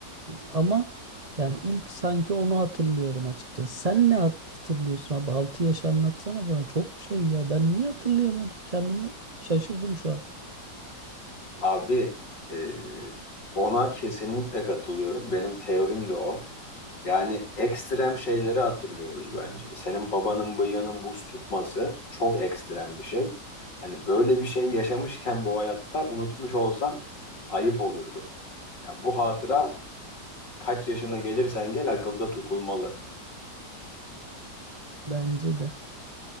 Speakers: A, on the right (about 40°); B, on the left (about 80°).
A: ama yani ilk sanki onu hatırlıyorum açıkçası. Sen ne hatırlıyorsun abi? altı yaş anlatsana bana. Çok şey ya. Ben niye hatırlayamadım? Kendimi şaşırdım şu an.
B: Abi e, ona kesinlikle katılıyorum. Benim teorim de o. Yani ekstrem şeyleri hatırlıyoruz bence. Senin babanın bıyığının buz tutması çok ekstrem bir şey. Hani böyle bir şey yaşamışken bu hayatta unutmuş olsan ayıp olurdu. Ya bu hatıra kaç yaşına gelirsen gel akılda tutulmalı.
A: Bence de.